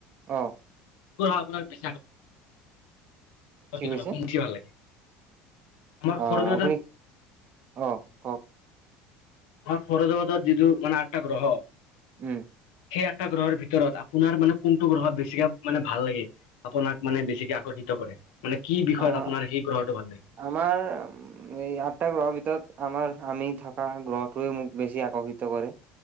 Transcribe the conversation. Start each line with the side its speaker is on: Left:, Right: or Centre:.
Right: অ'
Left: আপোনাক <unintelligible> হয়
Right: কি
Left: মোৰ কেতিয়াবা
Right: কৈছে
Left: উঠি ভাল লাগে আমাৰ
Right: অ'
Left: সৌৰজগতত
Right: আপুনি অ' কওক
Left: আমাৰ সৌৰজগত যিটো মানে আঠটা গ্ৰহ
Right: উম
Left: সেই আঠটা গ্ৰহৰ ভিতৰত আপোনাৰ মানে কোনটো গ্ৰহত বেছিকে মানে ভাল লাগে আপোনাক মানে বেছিকে আকৰ্ষিত কৰে মানে কি বিষয়ত
Right: আহ
Left: আপোনাৰ সেই গ্ৰহটো ভাল লাগে
Right: আমাৰ এই আঠটা গ্ৰহৰ ভিতৰত আমাৰ আমি থকা গ্ৰহটোৱে মোক বেছি আকৰ্ষিত কৰে